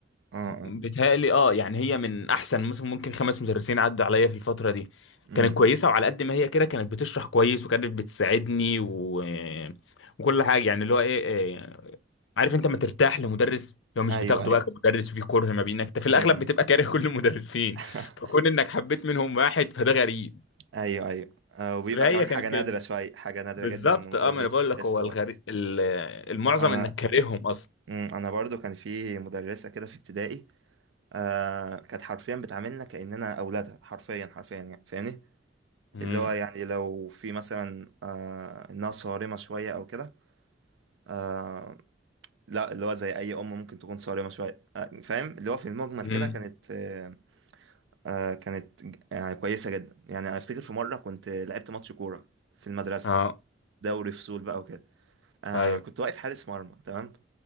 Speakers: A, on the right (about 80°); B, on the left (about 80°).
A: اه
B: بتهيألي
A: آه.
B: اه يعني هي من أحسن مثلا ممكن خمس مدرسين عدوا عليا في الفترة دي
A: امم
B: كانت كويسة
A: امم.
B: وعلى قد ما هي كده كانت بتشرح كويس وكانت بتساعدني و... وكل حاجة يعني اللي هو ايه إيه عارف انت ما ترتاح لمدرس لو مش
A: ايوه
B: بتاخده
A: ايوه
B: بقى كمدرس وفي كره ما بينك انت في الاغلب
A: امم
B: بتبقى كاره كل المدرسين
A: <laughs>
B: فكون انك حبيت منهم واحد فده غريب
A: ايوه ايوه آه، وبيبقى
B: فهي
A: كمان
B: كانت
A: حاجه نادره
B: كده
A: شويه حاجه نادره
B: بالظبط
A: جدا ان مدرس
B: اه ما انا بقول
A: تحسه
B: لك هو الغريب المعظم
A: انا
B: انك كارههم اصلا
A: مم، انا برضو كان في مدرسه كده في ابتدائي آه كانت حرفيا بتعاملنا كاننا اولادها حرفيا حرفيا يعني فاهمني
B: امم
A: اللي هو يعني لو في مثلا آه انها صارمه شويه او كده آه لا اللي هو زي اي ام ممكن تكون صارمه شويه آه فاهم اللي هو في المجمل
B: امم
A: كده كانت آه آه كانت ج- يعني كويسه جدا يعني انا افتكر في مره كنت لعبت ماتش كوره في المدرسه
B: اه
A: دوري فصول بقى وكده آه
B: ايوه
A: كنت واقف حارس مرمى تمام